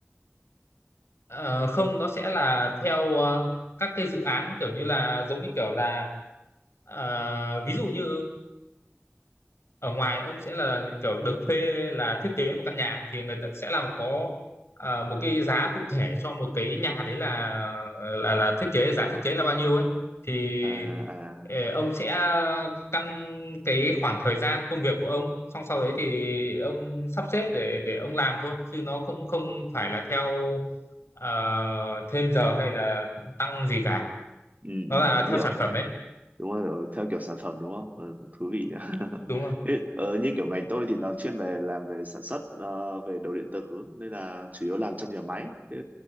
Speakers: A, on the left (about 80°); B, on the right (about 35°).
A: Ờ, không nó sẽ là theo ờ, các cái dự án kiểu như là giống như kiểu là ờ, ví dụ như ở ngoài ông sẽ là kiểu được thuê là thiết kế một căn nhà thì người ta sẽ làm có ờ, một cái giá cụ thể cho một cái nhà đấy là là là thiết kế giá thiết kế là bao nhiêu ấy thì
B: à à
A: ờ, ông sẽ căn cái khoảng thời gian công việc của ông xong sau đấy thì ông sắp xếp để để ông làm thôi chứ nó cũng không phải là theo ờ, thêm giờ hay là tăng gì cả
B: ừ,
A: nó
B: ừ
A: là
B: tôi
A: theo
B: hiểu
A: sản phẩm ấy
B: đúng rồi theo kiểu sản phẩm đúng không ừ, cũng thú vị nhỉ. <laughs>
A: đúng không
B: Ê, ờ, như kiểu ngành tôi thì nó chuyên về làm về sản xuất ờ, về đồ điện tử nên là chủ yếu làm trong nhà máy chứ